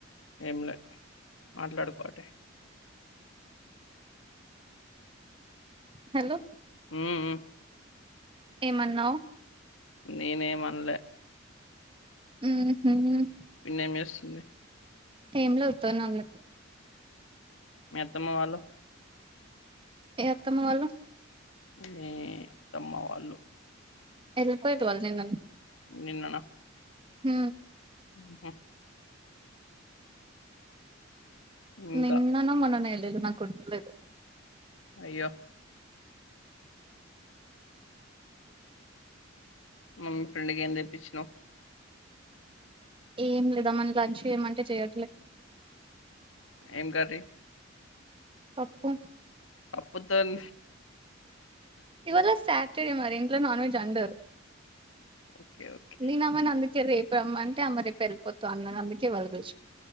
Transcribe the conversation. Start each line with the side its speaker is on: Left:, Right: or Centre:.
Left: ఏంలే మాట్లాడుకోటి
Right: హలో
Left: మ్మ్ ఉ
Right: ఏమన్నావు
Left: నేనేమనలే
Right: ఉ మ్మ్
Left: పిన్న ఏం చేస్తుంది
Right: ఏమ్లే ఉత్తగనే ఉన్నది
Left: మీ అత్తమ్మ వాళ్ళు
Right: ఏ అత్తమ్మ వాళ్ళు
Left: మీ అత్తమ్మ వాళ్ళు
Right: వెళ్ళిపోయిన వాళ్ళు నిన్ననే
Left: నిన్ననా
Right: ఉ
Left: ఉ ఇంకా
Right: నిన్ననో మొన్ననే వెళ్లిల్లు నాకు గుర్తుకులేదు
Left: అయ్యో మమ్మీ ఫ్రెండ్కి ఏం తెప్పించినావు
Right: ఏం లేదామ్మన లంచ్ ఏమంటే చేయట్లేదు
Left: ఏం కర్రీ
Right: పప్పు
Left: పప్పు తోని
Right: ఇవాళ సాటర్డే మరి ఇంట్లో నాన్ వెజ్ అండరు
Left: <unintelligible>
Right: నేన అమ్మని అందుకే రేపు అమ్మ అంటే అమ్మ రేపు వెళ్ళిపోతా అన్నారు అందుకే వాళ్ళ <unintelligible>